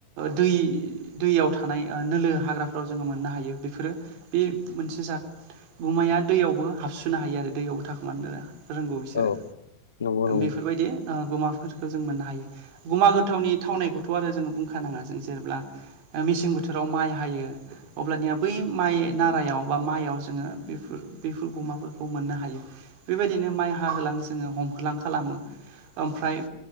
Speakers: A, on the right; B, on the left.
A: दै दैयाव थानाय नोलो हाग्राफोराव जोङो मोननो हायो बेफोरो बे मोनसे जात गुमाया दैयावबो हाबसुनो हायो आरो दैयावबो थाखोमानो रोंगौ बिसोरो
B: औ नंगौ नंगौ
A: बेफोरबायदि गुमाफोरखौ जों मोननो हायो। गुमा गोथावनि थावनायखौथ' आरो जोङो बुंखाानाङा जों जेब्ला मेसें बोथोराव माइ हायो अब्लानिया बै माइ नारायाव बा माइयाव जोङो बेफोर बेफोर गुमाफोरखौ मोननो हायो। बेबायदिनो माइ हाहोलां जोङो हमहोलां खालामो ओमफ्राय